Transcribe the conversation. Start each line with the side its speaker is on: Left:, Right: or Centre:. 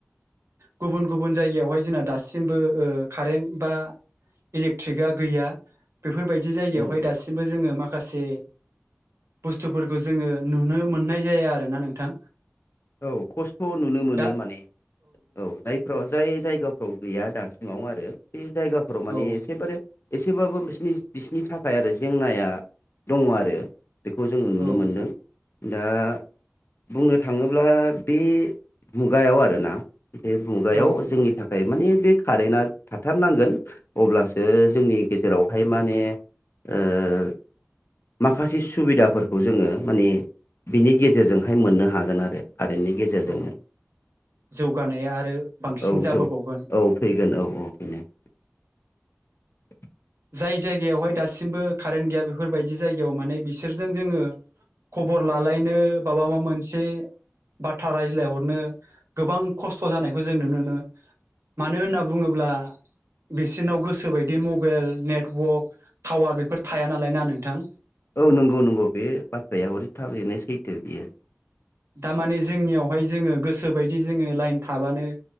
Right: गुबुन गुबुन जायगायावहाय जोंना दासिमबो ओ कारेन्ट बा इलेक्ट्रिकआ गैया बेफोरबायदि जायगायावहाय
Left: नंगौ
Right: दासिमबो जोङो माख माखासे बुस्थुफोरखौ जोङो नुनो मोननाय जाया आरोना नोंथां,
Left: औ खस्थ' नुनो मोनो
Right: दा
Left: माने औ जायफोराव जाय जायगाफ्राव गैया दासिमाव आरो बे जायगाफोराव माने
Right: औ
Left: एसेबारे एसेबाबो बिसनि बिसनि थाखाय आरो जेंनाया दङ आरो बेखौ जोङो नुनो
Right: औ
Left: मोनदों दा बुंनो थाङो अब्ला बे मुगायाव आरोना, बे मुगायाव
Right: औ
Left: जोंनि थाखाय माने बे कारेन्टआ थाथारनांगोन अब्लासो जोंनि गेजेरावहाय माने ओ माखासे सुबिदाफोरखौ जोङो माने बिनि गेजेरजोंहाय मोननो हागोन आरो कारेन्टनि गेजेरजोंनो
Right: औ जौगानाया आरो बांसिन
Left: औ
Right: जाबोबावगोन
Left: जौ औ फैगोन औ <unintelligible>
Right: जाय जायगायावहाय दासिमबो कारेन्ट गैया बेफोरबायदि जायगायाव माने बिसोरजों जोङो ख'बर लालायनो बाबा मा मोनसे बाथ्रा रायज्लायहरनो गोबां खस्थ' जानायखौ जों नुनो मोनो मानो होनना बुङोब्ला बिसोरनाव गोसोबायदि मुग मबाइेल नेटवर्क टावार बेफोर थाया नालाय ना नोंथां?
Left: औ नंगौ नंगौ बे बाथ्राया हरै थाबिरनो सैथो बियो,
Right: दामाने जोंनियावहाय जोङो गोसोबायदि जोङो लाइन थाबानो